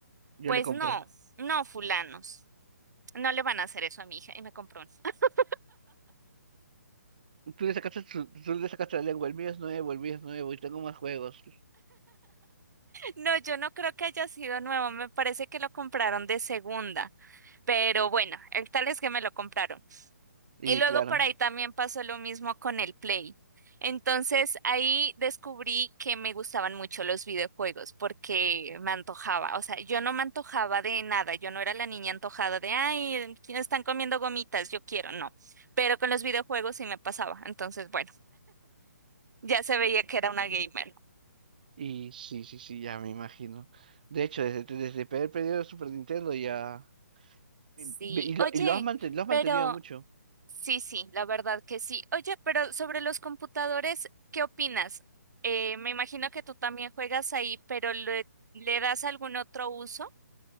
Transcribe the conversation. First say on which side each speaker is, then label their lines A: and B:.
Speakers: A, on the right; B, on the right.
A: Yo
B: pues
A: le compro.
B: no, no, fulanos, no le van a hacer eso a mi hija y me compró uno. <laughs>
A: Tú le sacaste, su- tú le sacaste la lengua, el mío es nuevo, el mío es nuevo y tengo más juegos.
B: No, yo no creo que haya sido nuevo, me parece que lo compraron de segunda, pero bueno, el tal es que me lo compraron.
A: Y
B: Y luego
A: claro,
B: por ahí también pasó lo mismo con el Play. Entonces ahí descubrí que me gustaban mucho los videojuegos porque me antojaba. O sea, yo no me antojaba de nada. Yo no era la niña antojada de, ay, están comiendo gomitas, yo quiero. No. Pero con los videojuegos sí me pasaba. Entonces, bueno, ya se veía que era una gamer.
A: y sí, sí, sí, ya me imagino. De hecho, desde, desde el periodo de Super Nintendo ya... Y,
B: Sí,
A: y lo,
B: oye,
A: y lo has manten- lo has mantenido
B: pero
A: mucho.
B: Sí, sí, la verdad que sí. Oye, pero sobre los computadores, ¿qué opinas? Eh, me imagino que tú también juegas ahí, pero ¿le, le das algún otro uso?